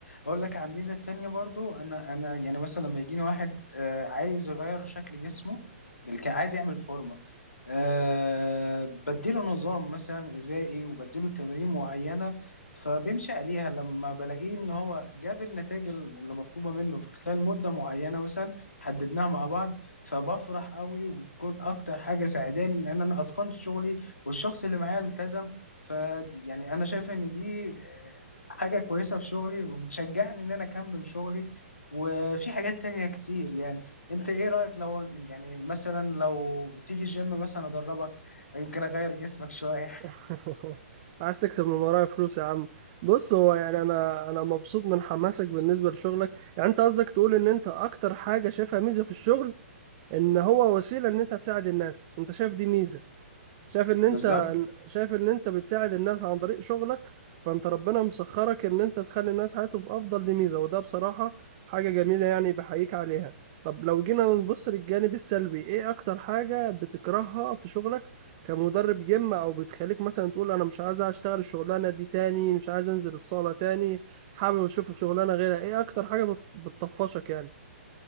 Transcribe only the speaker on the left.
اقول لك عن ميزة تانية برضو انا انا يعني مثلا لما يجيني واحد آه، عايز يغير شكل جسمه بالك عايز يعمل فورمة أه بديله نظام مثلا غذائي وبديله تمارين معينة فبيمشي عليها لما بلاقيه ان هو جاب النتائج اللي مطلوبة منه في خلال مدة معينة مثلا حددناها مع بعض فبفرح قوي وبتكون اكتر حاجة ساعداني ان انا اتقنت شغلي والشخص اللي معايا التزم ف يعني انا شايف ان دي آه، حاجة كويسة في شغلي وبتشجعني ان انا اكمل شغلي وفي حاجات تانية كتير يعني انت ايه رأيك لو يعني مثلا لو تيجي الجيم مثلا ادربك يمكن اغير جسمك شوية
بالظبط